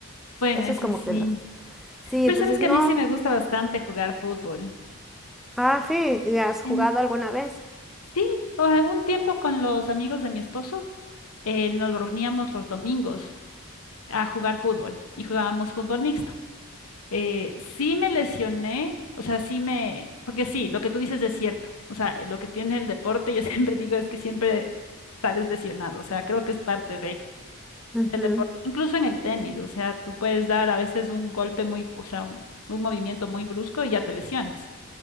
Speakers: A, on the left; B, in the centre.
A: Bueno,
B: Eso
A: eso
B: es como
A: sí.
B: que lo... Sí,
A: Pero
B: entonces
A: sabes que
B: no...
A: a mí sí me gusta bastante jugar fútbol.
B: Ah, sí, has
A: Sí.
B: jugado alguna vez?
A: Sí, o sea, un tiempo con los amigos de mi esposo eh, nos reuníamos los domingos a jugar fútbol y jugábamos fútbol mixto. Eh, sí me lesioné, o sea, sí me, porque sí, lo que tú dices es cierto. O sea, lo que tiene el deporte, yo <laughs> siempre digo es que siempre sales lesionado. O sea, creo que es parte de,
B: Mm,
A: del deporte, incluso en el tenis. O sea, tú puedes dar a veces un golpe muy, fu- o sea, un un movimiento muy brusco y ya te lesionas.